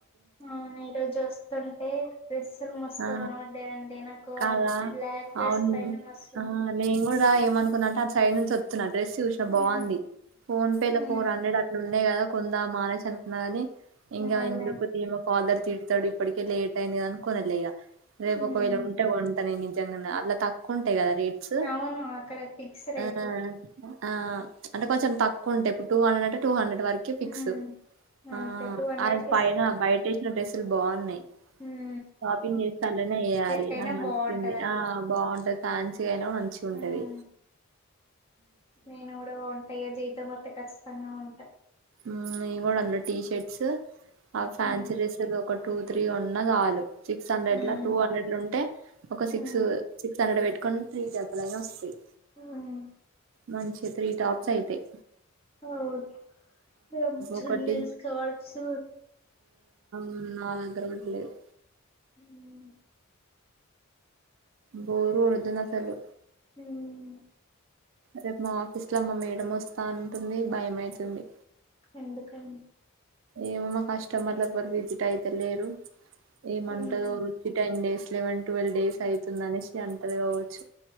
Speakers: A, on the left; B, on the right.
A: అవును ఈ రోజోస్తుంటే డ్రెస్లు మస్తు
B: ఆ
A: కనవడ్డయ్ అండి నాకు
B: కాదా
A: అది బ్లాక్ డ్రెస్
B: అవును
A: పైన మస్తుంది
B: ఆ నేను కూడా ఏమనుకున్నాంటే అ సైడ్ నుంచి వొత్తున డ్రెస్ జూస్నా
A: ఉమ్
B: బావుంది ఫోన్పేలో
A: ఉమ్
B: ఫోర్ హండ్రెడ్ అట్లా ఉన్ న్నయి గదా కొందామా అనేసి అనుకున్నా గాని ఇంకా
A: మళ్ళ
B: ఎందుకుతీ ఫాదర్ తిడ్తాడు ఇప్పటికే లేట్ అయిన్ది అనుకోనలేక రేపు
A: ఉమ్
B: ఒకవేళ ఉంటే గోంటా నేన్ అట్లా తక్కువ ఉంటాయి కదా రేట్స్
A: అవును అక్కడ ఫిక్స్ రేటు
B: ఆ ఆ అంటే కొంచెం తక్కువ్ ఉంటే ఇప్పుడు టూ హండ్రె అే టూ హండ్రెడ్ వరకి
A: హ్మ్
B: ఫిక్స్
A: అంతే
B: ఆ
A: టూ హండ్రెడ్
B: అ పైన బయటేసిన డ్రెస్సులు బాగున్నాయ్
A: ఉమ్
B: షాపింగ్ జేస్తే అన్లోనే జేయాలి
A: కైనా
B: నాకు నచ్చింది
A: బాగుంటది అట్లా
B: ఆ బావుంటది ఫాన్సీ అయినా మంచిగుంట్
A: హ్మ్
B: టది
A: నేను గూడా గొంటాఇగ జీతమోతే కచ్చితంగా గొంటా
B: ఉమ్ నే గూడా అందులో టీ షర్ట్స్ ఆ ఫ్యాన్సీ
A: హ్మ్
B: డ్రెస్లలో ఒకట్ టూ త్రీ ఉన్న కావాలి సిక్స్ హండ్రెడ్లా
A: హ్మ్
B: టూ హండ్రెడ్లుంటే ఒక
A: హ్మ్
B: సిక్స్ సిక్స్ హండ్రెడ్ పెట్కొని త్రి జాతలైన వొస్తయ్
A: హ్మ్
B: మంచిగా త్రీ టాప్స్ అయితయ్
A: అవున్ మేమ్ చున్నిల్
B: ఒకటి
A: ఏసుకోవచ్చు
B: ఉమ్ అందరూ లేవు
A: ఉమ్
B: బోర్ గోడుతుది అసలు
A: ఉమ్
B: రేప్ మా ఆఫీస్లా మా మేడమోస్తా అంటుంది భయమైతుంది
A: ఎందుకని
B: ఏమో మా కస్టమర్లెవరు విజిట్ అయితాలేరు ఏమంటదో
A: హ్మ్
B: టెన్డేస్ లెవెన్ ట్వెల్వ్ డేస్ అవుతుంది అనేసి అంటది గావచ్చు